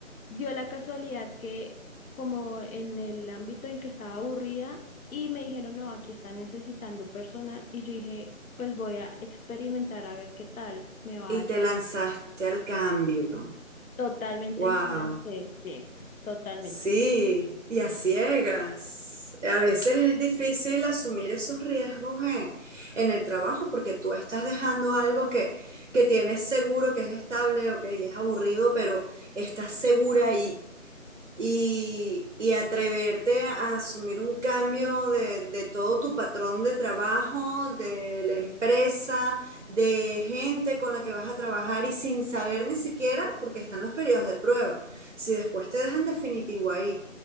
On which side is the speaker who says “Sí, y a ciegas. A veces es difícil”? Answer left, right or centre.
Right